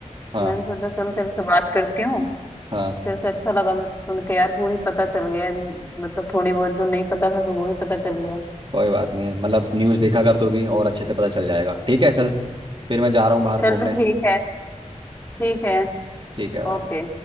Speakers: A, on the right; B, on the left.
A: हाँ
B: मैंने सोचा चल तेरे से बात करती हूँ
A: हाँ,
B: तेरे से अच्छा लगा मेरे को सुन के यार पूरी पता चल गया है। मतलब थोड़ी बहुत जो नहीं पता था तो वो भी पता चल गया
A: कोई बात नहीं मतलब न्यूज़ देखा कर तू भी और अच्छे से पता चल जाएगा ठीक है चल फिर मैं जा रहा हूँ बाहर
B: चल
A: घूमने
B: ठीक है ठीक है
A: ठीक है भाई
B: ओके